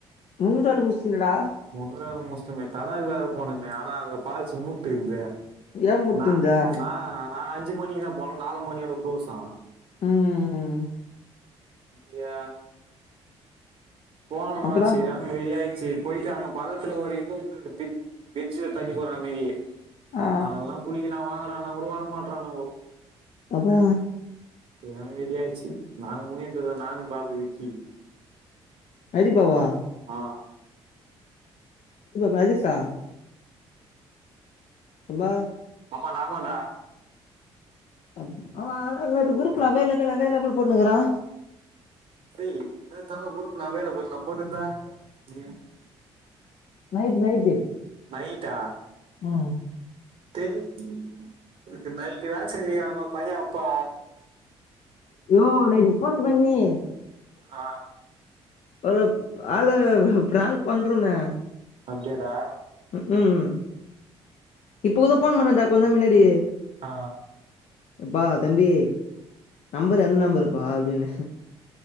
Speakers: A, on the left (about 55°); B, on the right (about 55°).
A: முநன்னூறு ஆள் முஸ்லிம்டா
B: வேலை மூச்ச்டுமே தடாக்கு வேற போணுமே ஆனா அங்க ஃபால்ஸ் மூட்டு இருந்த
A: ஏன் முட்டுந்தா
B: ந ந நாங்க அஞ்சு மணி தான் போனோ‌ நாலு மணியோட கு்ளோஸ்சா
A: ம் ம்
B: இய போணமா
A: அப்புறோ
B: சீரா வெரி சரி போயிட்டு அங்க பக்கத்துல ஒரு இடத்துக்கு பிரிட்ஜில தண்ணி போற மாரி
A: ஆ
B: அதெல்லா குளிக்க ந வாங்கறான் நான் உ வர மாட்டறான்
A: அப்றோ
B: சரியான வெளியாச்சு நா முனியப்பதா நானு பாபு விக்கி
A: அரி பாவா
B: ஆஹ
A: நரிசா அப்ப
B: ஆமாண்டா ஆமாண்டா
A: அப் ஆனா அது அது நேத்து குரூப்புல அவைலபிள் அவைலபிள் போட்ணுக்கிறா
B: சரி குருப்புல அவைலபுல்னாலா போட்டிருந்த நீ
A: நைட்டு நைட்டு
B: நைட்டா
A: ம்
B: டேய் நேத்து நைட்டுதா சேரி அவுங்கோ பைய அப்போ
A: யோ நைட்டு போன் பண்ணி
B: ஆ
A: ஆளு ஆள பிராங்க் பண்றோன்னு
B: அப்டியாடா
A: ம்க்கும் இ ப்ப கூட போன் பண்ணேன்டா கொஞ்ச நேரோ முன்னாடி
B: ஆ
A: ஏப்பா தம்பி நம்பர் எந்த நம்பருப்பா அப்டின்னே